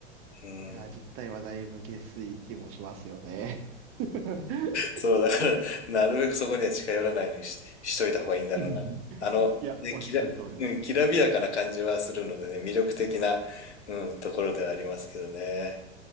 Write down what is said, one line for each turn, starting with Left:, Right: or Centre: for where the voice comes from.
Left: うん。
Right: いやー、実態はだいぶ下水気もしますよね。<laughs>
Left: そう、だから、なるべくそこには近寄らないようにし、しといた方がいいんだろうな。
Right: うん
Left: あの、
Right: いや、
Left: ね、
Right: おっしゃる通りだと。
Left: きら、うん、きらびやかな感じはするのでね、魅力的な、うん、ところではありますけどね。